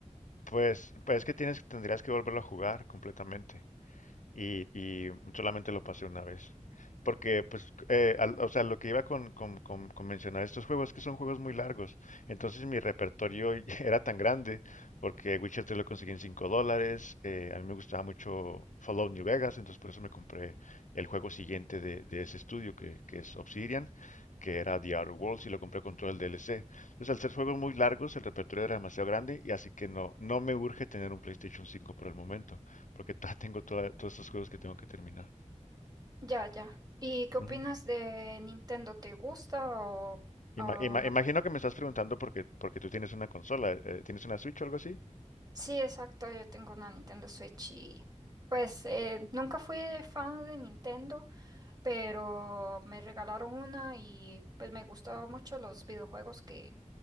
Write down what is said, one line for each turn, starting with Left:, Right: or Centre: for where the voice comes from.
Left: Pues, pues es que tienes, tendrías que volverlo a jugar completamente. y, y solamente lo pasé una vez. Porque, pues, eh, al- o sea, lo que iba con, con, con- con mencionar estos juegos es que son juegos muy largos. Entonces mi repertorio <laughs> era tan grande, porque Witcher 3 lo conseguí en 5 dólares. eh, a mí me gustaba mucho Fallout New Vegas, entonces por eso me compré el juego siguiente de, de ese estudio, que, que es Obsidian, que era The Outer Worlds, y lo compré con todo el DLC. Entonces, al ser juegos muy largos, el repertorio era demasiado grande, y así que no, no me urge tener un PlayStation 5 por el momento porque todavía tengo toda- todos estos juegos que tengo que terminar.
Right: Ya, ya. ¿Y qué opinas
Left: Ujú.
Right: de Nintendo? ¿Te gusta o, o
Left: Ima- ima-
Right: no?
Left: imagino que me estás preguntando porque, porque tú tienes una consola, eh, ¿tienes una Switch o algo así?
Right: Sí, exacto, yo tengo una Nintendo Switch y pues eh, nunca fui de fan de Nintendo, pero me regalaron una y pues me gustaron mucho los videojuegos que,